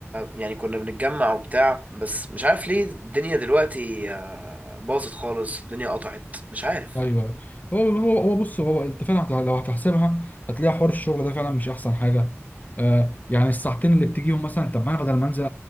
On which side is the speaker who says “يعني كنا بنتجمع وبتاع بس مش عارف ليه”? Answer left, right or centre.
Right